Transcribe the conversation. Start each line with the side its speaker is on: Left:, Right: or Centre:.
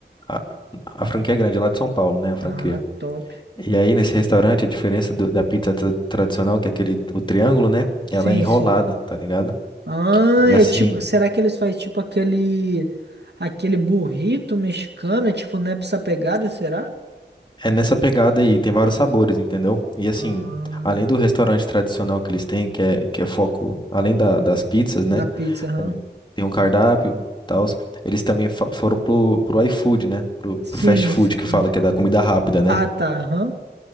Left: A, a franquia é grande, lá de São Paulo, né? A
Right: Ah,
Left: franquia.
Right: top.
Left: E aí, nesse restaurante, a diferença do- da pizza tra- tradicional, que é aquele, o triângulo, né?
Right: Sim,
Left: Ela é enrolada,
Right: sim.
Left: tá ligado?
Right: Ah,
Left: E
Right: é
Left: assim,
Right: tipo, será que eles fazem tipo aquele aquele burrito mexicano, é tipo nessa pegada, será?
Left: É nessa pegada aí, tem vários sabores, entendeu? E assim,
Right: Ah,
Left: além do restaurante tradicional que eles têm, que é, que é foco, além da- das pizzas, né?
Right: da pizza, aham.
Left: também Tem um cardápio e tal. Eles também fa- foram pro, pro iFood, né? Pro,
Right: Sim,
Left: pro fast food
Right: sim.
Left: que
Right: O
Left: fala,
Right: de-
Left: que é da comida rápida, né?
Right: Ah, tá, aham.